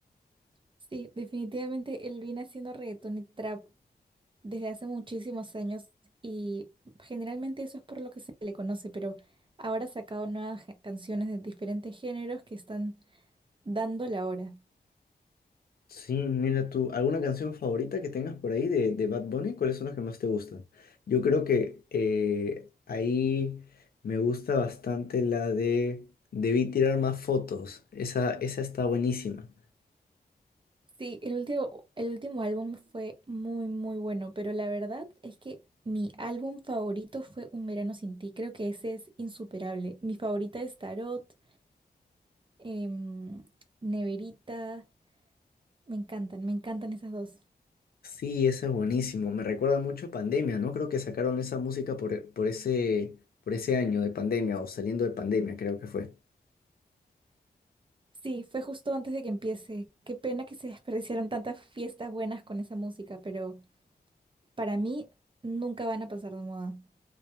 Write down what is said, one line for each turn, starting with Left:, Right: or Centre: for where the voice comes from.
Right: Sí, definitivamente él viene haciendo reggaetón y trap desde hace muchísimos años y generalmente eso es por lo que se le conoce, pero ahora ha sacado nuevas ge- canciones de diferentes géneros que están dando la hora.
Left: Sí, mira tú, ¿alguna canción favorita que tengas por ahí de, de Bad Bunny? ¿Cuáles son las que más te gustan? Yo creo que eh, ahí me gusta bastante la de Debí tirar más fotos. Esa, esa está buenísima.
Right: Sí, el último, el último álbum fue muy, muy bueno, pero la verdad es que mi álbum favorito fue Un Verano Sin Ti. Creo que ese es insuperable. Mi favorita es Tarot, em, Neverita. Me encantan, me encantan esas dos.
Left: Sí, esa es buenísimo. Me recuerda mucho a Pandemia, ¿no? Creo que sacaron esa música por, por ese, por ese año de pandemia o saliendo de pandemia, creo que fue.
Right: Sí, fue justo antes de que empiece. Qué pena que se desperdiciaron tantas fiestas buenas con esa música, pero para mí nunca van a pasar de moda.